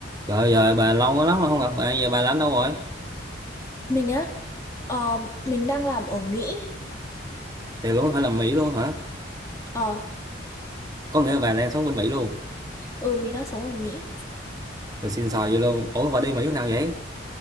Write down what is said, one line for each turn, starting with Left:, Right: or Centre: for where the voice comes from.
Right: Rồi giờ bà lâu quá lắm rồi không gặp bà, giờ bà làm đâu rồi?
Left: Mình á, ờ, mình đang làm ở Mỹ,
Right: Thì luôn phải làm Mỹ luôn hả?
Left: ờ,
Right: Có nghĩa là bà đang sống bên Mỹ luôn.
Left: ừ mình đang sống ở Mỹ.
Right: Rồi xin xò vậy luôn. Ủa bà đi Mỹ lúc nào vậy?